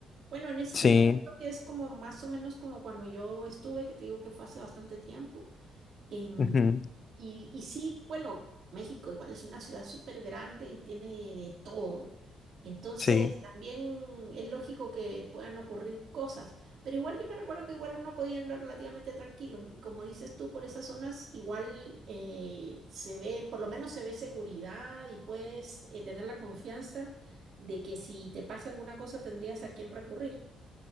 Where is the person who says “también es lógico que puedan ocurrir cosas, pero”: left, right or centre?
Right